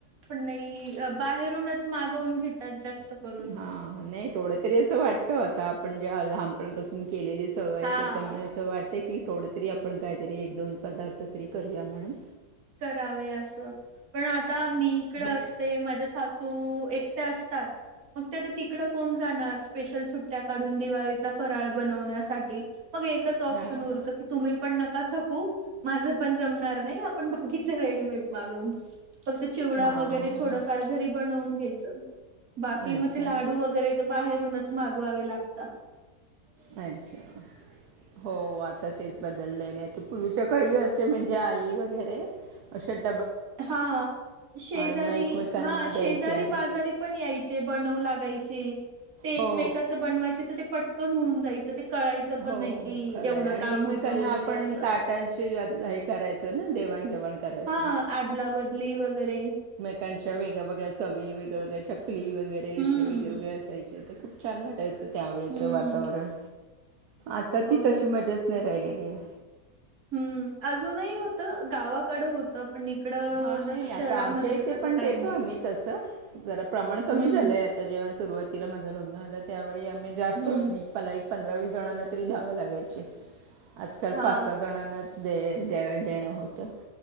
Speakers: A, on the right (about 65°); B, on the right (about 85°).
A: नही बाहेरूनच मागवून घेतात जास्त. करून तर.
B: हा नाही थोड तरी असं वाटत आता. आपण जेव्हा लहानपणापासून केलेली सवय आहे
A: हा.
B: त्याच्यामुळेंच असं वाटत की ते की थोड तरी आपण काहीतरी एक, दोन पदार्थ तरी करूया म्हणून.
A: करावे असं, पण आता मी इकड
B: हो
A: असते माझ्या सासू हो एकट्या असतात. मग ते तर तिकडं कोण जाणार स्पेशल सुट्ट्या काढून दिवाळीचा फराळ बनवण्यासाठी. मग एकच ऑप्शन
B: हां
A: उरतं की, तुम्ही पण नका थकू, माझ पण जमणार नाही. आप बाकीचं रेडीमेड मागवून घेऊ. फक्त चिवडा
B: हां
A: वगैरे थोडंफार घरी बनवून घ्यायचं. बाकी
B: अच्छा
A: मग ते लाडू वगैरे तर बाहेरूनच मागवावे लागतात.
B: अच्छा, <inaudible> हो आता तेच बदललेलं आहे. तर पूर्वीच्या काळी कस म्हणजे आई वगैरे चट
A: हा शेजारी
B: मग एकमेकांना
A: हा
B: द्यायच्या
A: शेजारी-पाजारी पण यायचे बनवून लागायचे. ते एकमेकाचं
B: हो
A: बनवायचे तर ते पटकन होऊन जायचं. ते कळायचं पण
B: हो
A: नाही की
B: खरं
A: एवढं
B: आहे. आणि
A: काम
B: एकमेकांना
A: होतं वगैरे
B: आपण
A: असं
B: ताटांची अदला हे करायचो ना देवाण-घेवाण. करायचो
A: हा आदला-बदली वगैरे.
B: त्यांच्या वेगळ्या-वेगळ्या चवी वेगवेगळ च कली वगैरे
A: हम्म
B: असे वेगळेवेगळे असायचे. ते खूप छान वाटायचं त्यावेळेचं
A: हम्म
B: वातावरण. आता
A: हो.
B: ती तशी मजाच नाही राहिलेली आहे.
A: हम्म, अजूनही होतं गावाकडं होतं. पण इकडं
B: हा नाही
A: तसं शहरामध्ये
B: आता आमच्या इथे
A: तर तसं
B: पण
A: काही
B: देतो
A: नाही.
B: आम्ही तसं, जरा प्रमाण कमी
A: हम्म
B: झालंय आ तर जेव्हा सुरुवातीला माझं लग्न आलं त्यावेळी आम्ही जास्त
A: हम्म
B: <unintelligible> पंधरा, विस जणांना तरी द्यावं लागायचे. आजकाल
A: हा
B: पाच, सहा जणांनाच दे द्यावे देणं होतं